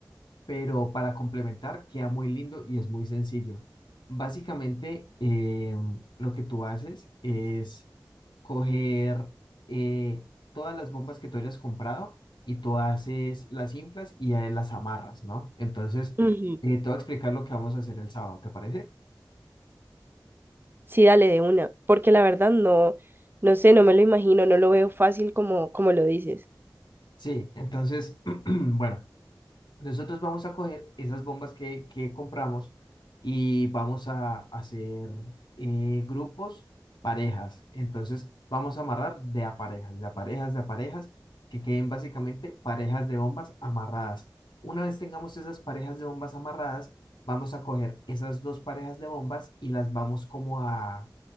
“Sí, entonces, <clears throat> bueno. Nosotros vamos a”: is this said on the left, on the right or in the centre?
Left